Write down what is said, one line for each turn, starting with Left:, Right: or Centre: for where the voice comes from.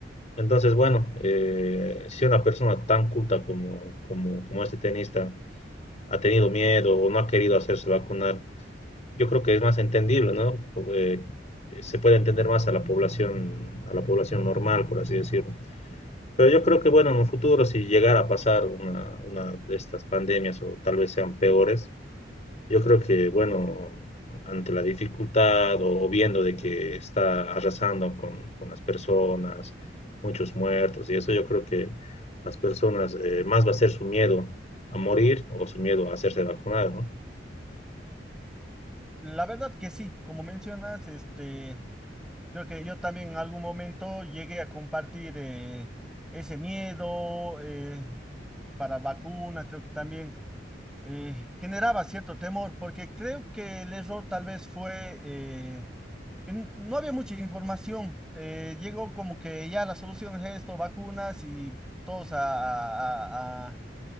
Left: Entonces, bueno, eh, si una persona tan culta como, como, como este tenista ha tenido miedo o no ha querido hacerse vacunar, yo creo que es más entendible, ¿no? Eh, se puede entender más a la población, a la población normal, por así decirlo. Pero yo creo que, bueno, en un futuro, si llegara a pasar una, una de estas pandemias o tal vez sean peores, yo creo que, bueno, ante la dificultad o viendo de que está arrasando con, con las personas, muchos muertos y eso, yo creo que las personas eh, más va a ser su miedo a morir o su miedo a hacerse vacunar, ¿no?
Centre: La verdad que sí, como mencionas, este... Creo que yo también en algún momento llegué a compartir eh, ese miedo eh, para vacuna, creo que también eh, generaba cierto temor, porque creo que el error tal vez fue eh, que n- no había mucha información. eh, llegó como que ya la solución es esto, vacunas y todos a, a, a- a-